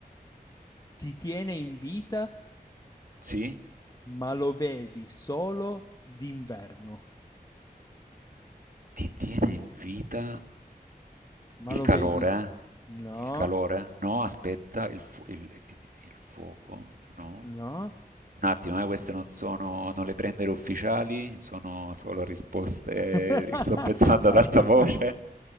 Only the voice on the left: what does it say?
Ti tiene in vita,
ma lo vedi solo d'inverno.
Ma
lo
vedi? No,
no.
<laughs>